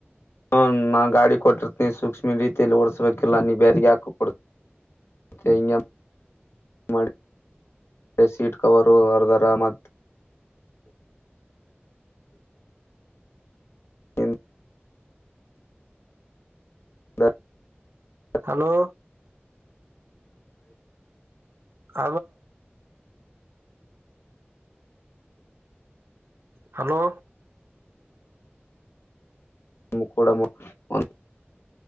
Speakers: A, on the left; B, on the right.
A: ಹ ನಾ ಗಾಡಿ ಕೊಟ್ಟಿರ್ತನಿ ಸೂಕ್ಷ್ಮ ರೀತಿಯಲ್ಲಿ ಓಡಸ್ಬೇಕಿಲ್ಲ ನೀ ಬೇಾರಿ ಯಾಕ ಕೊಡ್ತಿ ಮತ್ತೆ ಅಯ ಮಾಡಿ <inaudible> ಅದೆ ಸೀಟ್ ಕವರು ಹರ್ದರ್ ಮತ್ತೆ ಮತ್ತೆ ಹಲೋ <inaudible>
B: ಹಲೋ ಹ ಹಲೋ
A: ನೀ ಕೂಡ <unintelligible>